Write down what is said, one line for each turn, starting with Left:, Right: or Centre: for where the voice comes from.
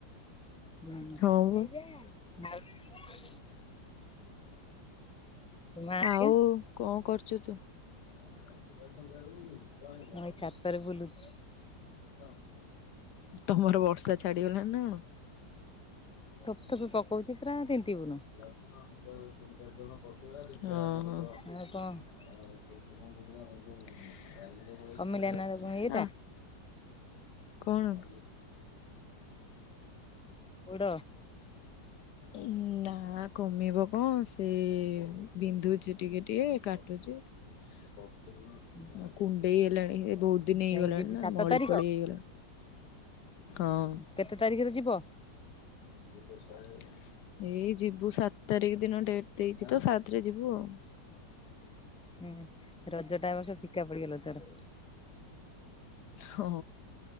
Centre: <unintelligible>
Left: ହଁ ବା
Centre: ହେଇଯା। ଆଉ <unintelligible> ତୋ ମା ହେରିକା?
Left: ଆଉ କଣ କରୁଛୁ ତୁ। <unintelligible>
Centre: ମୁଁ ଏଇ ଛାତରେ ବୁଲୁଛି
Left: ହଁ ତମର ବର୍ଷା ଛାଡ଼ିଗଲାଣି ନା କଣ?
Centre: ଥୋପେ ଥୋପେ ପକଉଚି ପୁରା ତିିନ୍ତିବୁନୁ।
Left: <unintelligible> ହଁ ହଁ।
Centre: ଆଉ କଣ
Left: <unintelligible>
Centre: କମିଲା ନା ଇଏଟା
Left: କଣ।
Centre: ପୋଡ
Left: ଏଇ ନାଁ। ନାଁ କମିବ କଣ ସେ ବିନ୍ଧୁଛି ଟିକେ ଟିକେ କାଟୁଚି। କ <unintelligible>
Centre: <unintelligible>
Left: କୁଣ୍ଡେଇ ହେଲାଣି ଏ ବହୁତ୍ ଦିନି ହେଇଗଲାଣି
Centre: ଯାଇକି ଯିବୁ
Left: ନା
Centre: ସାତ
Left: ମଳି
Centre: ତାରିଖ
Left: ଫଳି ହେଇଗଲାଣି। ହଁ।
Centre: କେତେ ତାରିଖ୍ ରେ ଯିବ?
Left: <inaudible> ଏଇ ଯିବୁ ସାତ୍ ତାରିଖ ଦିନ ଡେଟ୍ ଦେଇଚି ତ ସାତ୍ ରେ ଯିବୁ ଆଉ।
Centre: ହୁଁ ରଜ ଟା ଏ ବର୍ଷ ଫିକା ପଡିଗଲା ତର।
Left: ହଁ